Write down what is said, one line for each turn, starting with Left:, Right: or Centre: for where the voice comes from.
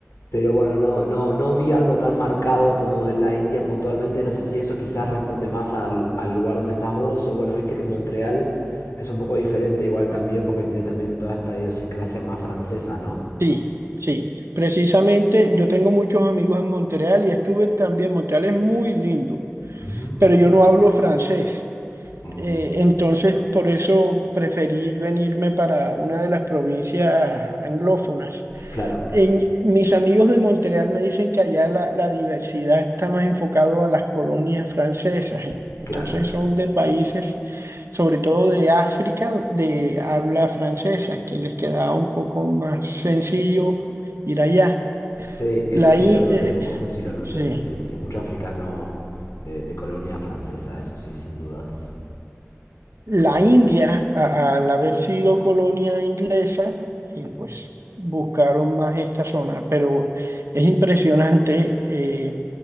Left: pero bueno, no, no, no vi algo tan marcado como en la India puntualmente. No sé si eso quizás responde más al, al lugar donde estás vos, o bueno, viste que Montreal es un poco diferente igual también porque tiene también toda esta idiosincrasia más francesa, ¿no?
Right: sí, sí. Precisamente yo tengo muchos amigos en Montreal y estuve también. Montreal es muy lindo,
Left: Ujú.
Right: pero yo no hablo francés.
Left: Mm,
Right: Eh, entonces, por eso preferí venirme para una de las provincias anglófonas.
Left: Claro,
Right: En, mis amigos de Montreal me dicen que allá la, la diversidad está más enfocado a las colonias francesas. Entonces,
Left: claro.
Right: son de países, sobre todo de África, de habla francesa, que les quedaba un poco más sencillo ir allá.
Left: Sí, eso
Right: La,
Left: sí
Right: i-
Left: lo noté,
Right: eh,
Left: eso sí lo noté.
Right: sí.
Left: Sí, sí, mucho africano de, de colonia francesa, eso sí, sin dudas.
Right: La
Left: Claro.
Right: India, a- al haber sido colonia inglesa, y pues buscaron más esta zona, pero es impresionante eh,